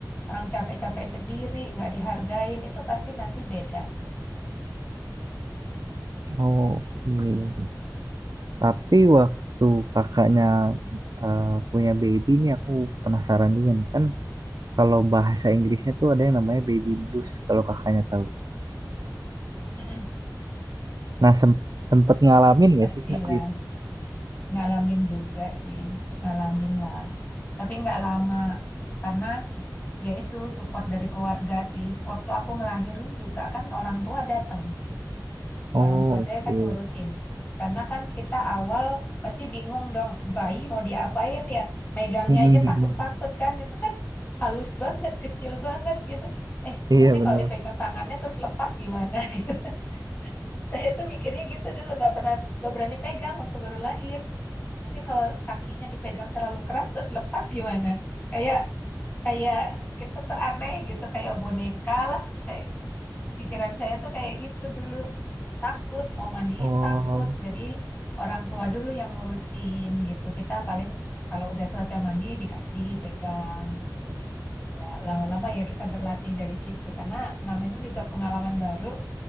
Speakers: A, on the left; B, on the right.
A: Orang capek-capek sendiri, nggak dihargain, itu pasti nanti beda.
B: Oke. Tapi waktu kakaknya eh, punya baby ini aku penasaran juga nih kan kalau bahasa Inggrisnya tuh ada yang namanya baby blues kalau kakaknya tahu.
A: <laughs> Mm-mm.
B: Nah sem- sempet ngalamin
A: Pastilah,
B: gak sih kak gitu?
A: ngalamin juga sih, ngalamin lah. Tapi nggak lama, karena ya itu support dari keluarga sih. Waktu aku ngelahirin juga kan orang tua datang.
B: Oh
A: Orang tua
B: oke.
A: saya kan ngurusin. Karena kan kita awal pasti bingung dong, bayi mau diapain ya? Megangnya
B: Mm-mm,
A: aja
B: mm-mm.
A: takut-takut kan. Itu kan halus banget, kecil banget gitu. Eh,
B: Iya
A: nanti
B: benar.
A: kalau dipegang tangannya terus lepas gimana gitu. <laughs> Saya tuh mikirnya gitu dulu, nggak pernah nggak berani pegang waktu baru lahir. Nanti kalau kakinya dipegang terlalu keras terus lepas gimana? Kayak kayak kita tuh aneh gitu, kayak boneka lah, kayak pikiran saya tuh kayak gitu dulu. Takut, mau mandiin
B: Oh
A: takut. Jadi orang tua dulu yang ngurusin gitu. Kita paling kalau udah selesai mandi dikasih pegang gitu. Ya lama-lama ya kita berlatih dari situ. Karena namanya juga pengalaman baru,